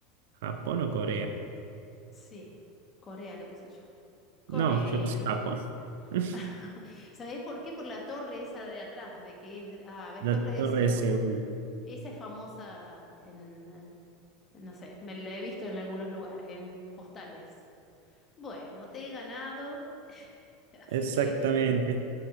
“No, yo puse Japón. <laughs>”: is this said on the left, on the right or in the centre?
Right